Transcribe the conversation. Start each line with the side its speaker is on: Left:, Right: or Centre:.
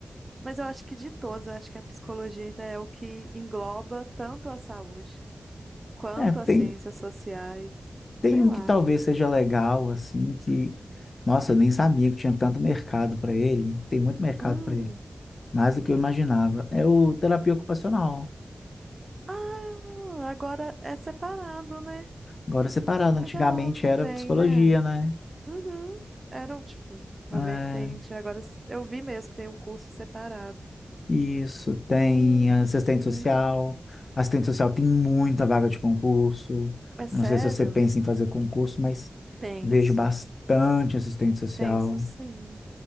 Right: Mas eu acho que de todos, eu acho que a psicologia ainda é o que engloba tanto a saúde. quanto
Left: é,
Right: às
Left: tem,
Right: ciências sociais,
Left: Tem
Right: sei
Left: um
Right: lá.
Left: que talvez seja legal, assim, que, nossa, eu nem sabia que tinha tanto mercado para ele. Tem muito mercado
Right: Hum.
Left: para ele, mais do que eu imaginava. É o terapia ocupacional.
Right: Ah, agora é separado, né?
Left: Agora separado,
Right: Legal
Left: antigamente
Right: também,
Left: era psicologia,
Right: né?
Left: né?
Right: Uhum. Era um, tipo uma
Left: É,
Right: vertente. Agora s- eu vi mesmo que tem o curso separado.
Left: isso, tem
Right: Uhum.
Left: assistente social. Assistente social tem muita vaga de concurso.
Right: É sério?
Left: Não sei se você pensa em fazer concurso, mas
Right: Penso.
Left: vejo bastante assistente social.
Right: Penso sim.